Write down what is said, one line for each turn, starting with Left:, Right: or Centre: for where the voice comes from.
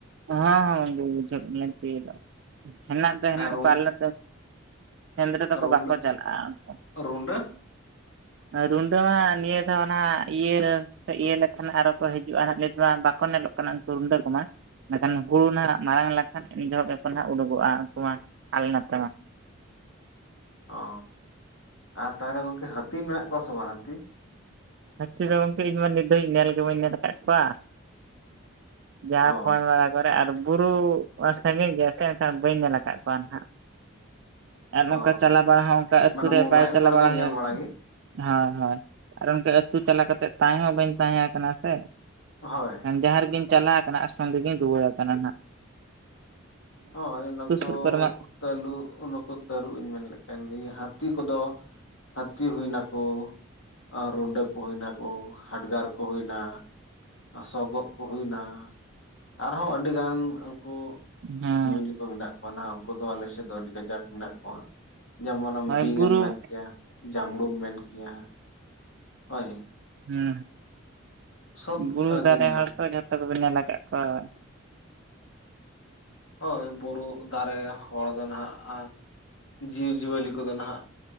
Right: ᱦᱚᱸ ᱦᱚᱸ ᱵᱩᱡᱟᱹᱜ ᱠᱟᱱᱟ ᱛᱩᱭᱩ ᱫᱚ ᱦᱮᱱᱟᱜ ᱫᱚ ᱦᱮᱱᱟᱜ
Left: ᱟᱨ ᱨᱩ
Right: ᱠᱚᱣᱟ ᱟᱞᱮᱼᱼ ᱥᱮᱸᱫᱽᱨᱟᱹ ᱫᱚᱠᱚ
Left: ᱨᱩᱰᱟᱹ
Right: ᱵᱟᱠᱚ ᱪᱟᱞᱟᱜᱼᱟ ᱩᱱᱠᱩ,
Left: ᱨᱩᱰᱟᱹ
Right: ᱨᱩᱱᱰᱟᱹ ᱦᱟᱜ ᱱᱤᱭᱟᱹ ᱫᱷᱟᱣ ᱱᱟᱜ ᱤᱭᱟᱹ ᱥᱮ ᱤᱭᱟᱹ ᱞᱮᱠᱷᱟᱱ ᱟᱨᱚ ᱠᱚ ᱦᱤᱡᱩᱜᱼᱟ ᱱᱟ ᱱᱤᱛ ᱢᱟ ᱵᱟᱠᱚ ᱧᱮᱞᱚᱜ ᱠᱟᱱᱟ ᱩᱱᱠᱩ ᱦᱩᱰᱟᱹ ᱠᱚᱢᱟ᱾ ᱮᱠᱷᱟᱱ ᱦᱩᱲᱩ ᱱᱟᱜ ᱢᱟᱨᱟᱝ ᱞᱮᱠᱷᱟᱱ ᱤᱱ ᱡᱚᱦᱚᱜ ᱜᱮᱠᱚ ᱱᱟᱦᱟᱜ ᱩᱰᱩᱠᱚᱜᱼᱟ᱾ ᱩᱱᱠᱩ ᱢᱟ ᱟᱞᱮ ᱱᱟᱛᱮ ᱢᱟ᱾
Left: ᱚ ᱟᱨ ᱛᱟᱦᱚᱞᱮ ᱜᱚᱝᱠᱮ ᱦᱟᱹᱛᱤ ᱢᱮᱱᱟᱜ ᱠᱚᱣᱟ ᱥᱮ ᱵᱟᱝ ᱦᱟᱹᱛᱤ?
Right: ᱦᱟᱛᱤ ᱫᱚ ᱜᱚᱝᱠᱮ ᱤᱧᱢᱟ ᱱᱤᱛ ᱫᱟᱹᱵᱤᱡ ᱧᱮᱞ ᱜᱮ ᱵᱟᱹᱧ ᱧᱮᱞ ᱟᱠᱟᱫ ᱠᱚᱣᱟᱼᱼ ᱡᱟᱦᱟᱸ
Left: ᱚ
Right: ᱯᱷᱚᱸ ᱵᱟᱲᱟ ᱠᱚᱨᱮ ᱟᱨ ᱵᱩᱨᱩ ᱥᱟᱺᱜᱤᱧ ᱜᱮᱭᱟ ᱥᱮ ᱮᱱᱠᱷᱟᱱ ᱵᱟᱹᱧ ᱧᱮᱞ ᱟᱠᱟᱫ ᱠᱚᱣᱟ ᱱᱟᱦᱟᱜ ᱟᱨ ᱱᱚᱝᱠᱟ
Left: ᱚ
Right: ᱪᱟᱞᱟᱣ ᱵᱟᱲᱟ ᱦᱚᱸ ᱚᱱᱠᱟ ᱟᱹᱛᱩ
Left: ᱢᱟᱱᱮ
Right: ᱨᱮ
Left: ᱢᱳᱵᱟᱭᱤᱞ
Right: ᱵᱟᱭ ᱪᱟᱞᱟᱣ
Left: ᱠᱚᱨᱮ
Right: ᱵᱟᱲᱟ
Left: ᱫᱚ ᱧᱮᱞ
Right: ᱦᱩᱭᱟᱠᱟᱱᱟ
Left: ᱜᱮ
Right: ᱦᱳᱭ ᱦᱳᱭ ᱟᱨ ᱚᱱᱠᱟ ᱟᱹᱛᱩ ᱪᱟᱞᱟᱣ ᱠᱟ ᱠᱟᱛᱮᱫ ᱛᱟᱦᱮᱸ ᱦᱚᱸ ᱵᱟᱹᱧ ᱛᱟᱦᱮᱸ ᱠᱟᱱᱟ ᱥᱮ᱾
Left: ᱦᱳᱭ᱾
Right: ᱡᱟᱦᱟᱸ ᱨᱮᱜᱤᱧ ᱪᱟᱞᱟᱣ ᱠᱟᱱᱟ, ᱟᱨ ᱥᱚᱸᱜᱮ ᱜᱤᱧ ᱨᱩᱣᱟᱹᱲ ᱟᱠᱟᱱᱟ ᱱᱟᱸᱜ᱾
Left: ᱦᱳᱭ ᱱᱩᱠᱩ
Right: ᱥᱩᱨ ᱠᱚᱨᱮ ᱢᱟ
Left: ᱛᱟᱹᱞᱩᱜ ᱱᱩᱠᱩ ᱛᱟᱹᱨᱩᱵ ᱤᱧ ᱢᱮᱱ ᱞᱮ ᱠᱟᱱ ᱦᱟᱹᱛᱤ ᱠᱚᱫᱚ ᱦᱟᱹᱛᱤ ᱦᱩᱭ ᱱᱟᱠᱚ᱾ ᱟᱨ ᱨᱩᱰᱟᱹ ᱠᱚ ᱦᱩᱭᱱᱟ ᱠᱚ ᱦᱟᱰᱜᱟᱨ ᱠᱚ ᱦᱩᱭᱱᱟ᱾ ᱥᱳᱜᱚᱫ ᱠᱚ ᱦᱩᱭᱱᱟ᱾ ᱟᱨᱦᱚᱸ ᱟᱹᱰᱤ ᱜᱟᱱ ᱩᱱᱠᱩ
Right: ᱦᱩᱸ
Left: ᱪᱤᱞᱤ ᱠᱚ ᱢᱮᱱᱟᱜ ᱠᱚᱣᱟ ᱱᱟᱜ ᱩᱱᱠᱩ ᱫᱚ ᱟᱞᱮᱥᱮᱫ ᱫᱚ ᱟᱹᱰᱤ ᱠᱟᱡᱟᱠ ᱢᱮᱱᱟᱜ ᱠᱚᱣᱟ᱾ ᱡᱮᱢᱚᱱ ᱟᱢ
Right: ᱦᱳᱭ
Left: ᱵᱤᱧᱮᱢ
Right: ᱵᱩᱨᱩ
Left: ᱢᱮᱱ ᱠᱮᱭᱟ, ᱡᱟᱢᱲᱩᱢ ᱢᱮᱱ ᱠᱮᱭᱟ ᱦᱳᱭ᱾
Right: ᱦᱩᱸ
Left: ᱥᱚᱵ
Right: ᱦᱩᱸ ᱵᱩᱨᱩ ᱫᱟᱨᱮ
Left: ᱜᱮᱢ ᱧᱟᱢᱟ
Right: ᱦᱚᱲ ᱛᱚ ᱡᱷᱚᱛᱚ ᱠᱚᱯᱮ ᱧᱮᱞ ᱟᱠᱟᱫ ᱠᱚᱣᱟ᱾
Left: ᱦᱳᱭ ᱵᱩᱨᱩ ᱫᱟᱨᱮ ᱦᱚᱲ ᱫᱚ ᱱᱟᱦᱟᱼᱜ ᱟᱨ ᱡᱤᱵᱽᱼᱡᱤᱭᱟᱹᱞᱤ ᱠᱚᱫᱚ ᱱᱟᱦᱟᱸᱜ